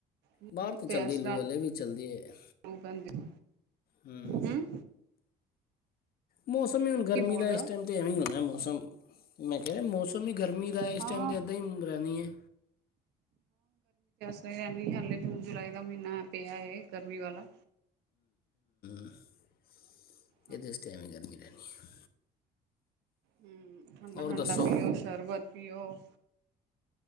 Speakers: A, on the right; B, on the left.
A: ਮੂੰਹ
B: ਬਾਹਰ ਤਾਂ
A: ਤੇ
B: ਚੱਲਦੇ
A: ਇਸ
B: ਲੂ
A: ਤਰ੍ਹਾਂ
B: ਹਾਲੇ ਵੀ ਚੱਲਦੇ ਐ
A: ਲੂ ਪੈਂਦੀ
B: ਹੂ।
A: ਹਮ
B: ਮੌਸਮ ਈ ਹੁਣ ਗਰਮੀ
A: ਕੀ ਬੋਲ
B: ਦਾ
A: ਰਹੇ
B: ਇਸ
A: ਹੋ
B: ਟਾਈਮ ਤੇ ਐਵੇਂ ਹੋਣਾ ਮੌ ਸਮ ਮੈਂ ਕਹਿ ਰਿਹਾ ਮੌਸਮ ਮੌਸਮ ਈ ਗਰਮੀ ਦਾ ਏ ਇਸ
A: ਹਾਂ
B: ਟਾਈਮ ਤੇ ਏਦਾਂ ਹੀ ਰਹਿਣੀ ਏ।
A: ਹੱਲੇ ਇੰਨੀ ਹਲੇ ਜੂਨ-ਜੁਲਾਈ ਦਾ ਮਹੀਨਾ ਪਿਆ ਏ ਗਰਮੀ ਵਾਲਾ।
B: <unintelligible>
A: ਹਾਂਜੀ
B: ਇਹ ਦੇਸ ਤੇ ਐਵੇਂ ਈ ਗਰਮੀ ਰਹਿਣੀ। ਹੈ।
A: ਹੂੰ ਠੰਡਾ
B: ਔਰ
A: -ਠੰਡਾ
B: ਦੱਸੋ
A: ਪੀਓ ਸ਼ਰਬਤ। ਪੀਓ।